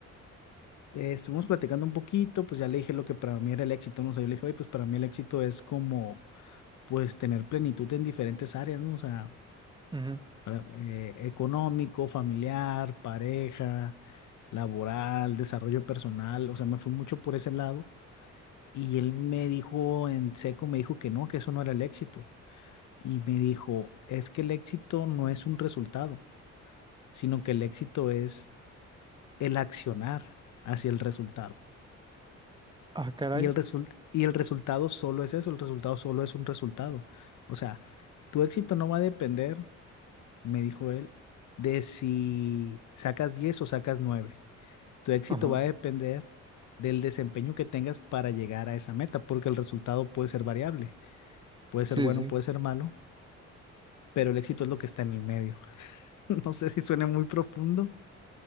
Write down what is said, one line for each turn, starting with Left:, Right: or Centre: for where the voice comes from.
Left: eh, estuvimos platicando un poquito, pues ya le dije lo que para mí era el éxito, ¿no? O sea, yo le dije, oye, pues para mí el éxito es como, pues tener plenitud en diferentes áreas, ¿no? O sea,
Right: Ujú,
Left: para, eh, económico, familiar, pareja, laboral, desarrollo personal, o sea, me fui mucho por ese lado. Y él me dijo en seco, me dijo que no, que eso no era el éxito. Y me dijo, es que el éxito no es un resultado, sino que el éxito es el accionar hacia el resultado.
Right: Ah, caray,
Left: Y el result- y el resultado solo es eso, el resultado solo es un resultado. O sea, tu éxito no va a depender, me dijo él, de si sacas 10 o sacas nueve Tu éxito
Right: ajá,
Left: va a depender del desempeño que tengas para llegar a esa meta, porque el resultado puede ser variable, puede ser
Right: sí,
Left: bueno,
Right: sí.
Left: puede ser malo, pero el éxito es lo que está en el medio. <laughs> No sé si suena muy profundo,